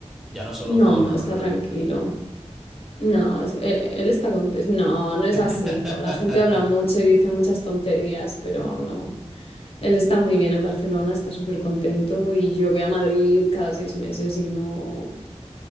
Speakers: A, in the centre; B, on the left.
A: ya no solo
B: No,
A: por...
B: está tranquilo. No, es- e- él, está contento. No, no es
A: <laughs>
B: así, no. La gente habla mucho y dice muchas tonterías, pero no. Él está muy bien en Barcelona, está súper contento y yo voy a Madrid cada seis meses y no...